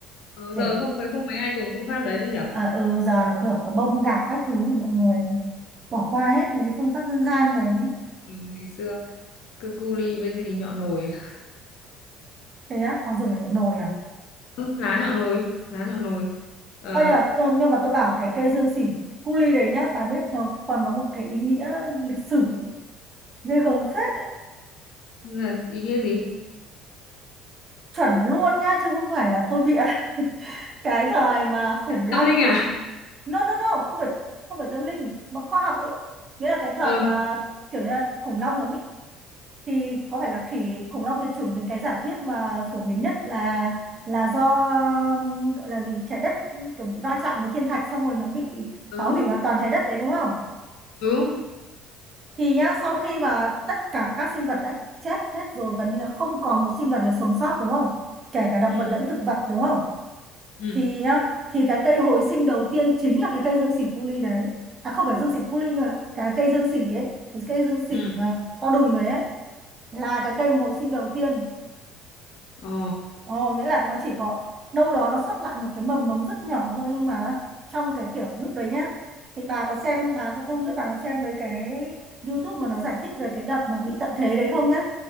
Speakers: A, on the left; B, on the right.
A: ờ,
B: để
A: giờ không thấy không mấy ai dùng phương pháp đấy đấy nhở
B: à, ừ, giờ là cửa có bông gạc các thứ thì mọi người bỏ qua hết mấy cái phương pháp dân gian đấy
A: ừ, ngày xưa cứ cu li với gì nhọ nồi
B: thế á có dùng ở những đồi à
A: Ừ, lá nhọ nồi lá nhọ nồi ờ,
B: Ơ nhưng mà tôi- nhưng mà tôi bảo cái cây dương xỉ cu li đấy nhá bà biết nó còn có một cái ý nghĩa lịch sử ghê gớm phết
A: là ý nghĩa gì
B: chuẩn luôn nhá chứ không phải là tôi bịa <laughs> cái thời mà khủng long
A: tâm linh
B: tuyệt
A: à
B: no no no không phải không phải tâm linh mà khoa học ấy nghĩa là cái thời
A: ừ
B: mà kiểu như là khủng long nó bị thì có phải là khỉ khủng long tuyệt chủng thì cái giả thuyết mà phổ biến nhất là là do um, gọi là gì trái đất kiểu bị va chạm với thiên thạch xong rồi nó bị
A: ừ
B: phá hủy hoàn toàn trái đất đấy đúng không
A: ừ
B: thì nhá sau khi mà tất cả các sinh vật đã chết hết rồi gần như là không còn một sinh vật nào sống sót đúng không kể cả động
A: ừ
B: vật lẫn thực vật đúng không
A: ừ
B: thì á thì cái cây hồi sinh đầu tiên chính là cái cây dương xỉ cu li đấy à không phải dương xỉ cu li nhưng mà cái cây dương xỉ ấy cái cây dương xỉ
A: ừ
B: mà to đùng đấy ấy, là cái cây mà hồi sinh đầu tiên
A: ồ
B: Ồ, nghĩa là nó chỉ có đâu đó nó sót lại một cái mầm mống rất nhỏ thôi nhưng mà trong cái kiểu lúc đấy nhá thì bà có xem bà tôi không biết bà có xem mấy cái YouTube mà nó giải thích về cái đợt mà bị tận thế đấy không nhá